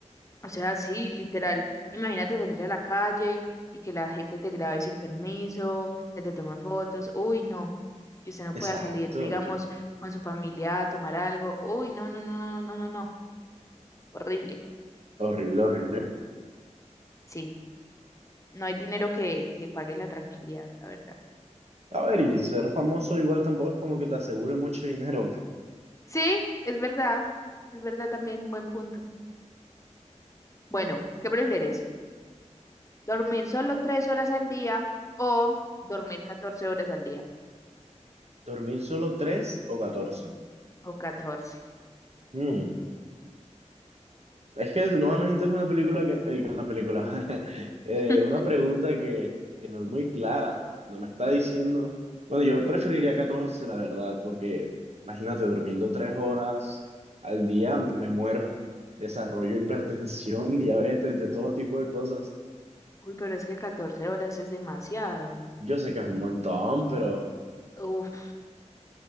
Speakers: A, on the left (about 25°); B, on the right (about 60°).
A: O sea, sí, literal. Imagínate salir a la calle y que la gente te grabe sin permiso, que te tome fotos. Uy, no. Que usted no
B: <laughs> Exacto.
A: pueda salir, digamos, con su familia a tomar algo. Uy, no, no, no, no, no, no, no. Horrible.
B: Horrible, horrible.
A: Sí. No hay dinero que, que pague la tranquilidad, la verdad.
B: A ver, y ser famoso igual tampoco es como que te asegure mucho dinero.
A: Sí, es verdad. Es verdad también. Buen punto. Bueno, ¿qué prefieres? Dormir solo tres horas al día o dormir 14 horas al día
B: Dormir solo tres o catorce
A: o catorce
B: Hmm. Es que nuevamente es una película que, eh, una película, <laughs> eh,
A: <laughs>
B: una pregunta que, que no es muy clara, no me está diciendo, bueno, yo preferiría 14 la verdad, porque imagínate, durmiendo tres horas al día me muero, desarrollo hipertensión, <laughs> diabetes, de todo tipo de cosas.
A: Uy, pero es que 14 horas es demasiado.
B: Yo sé que es un montón, pero
A: Uf.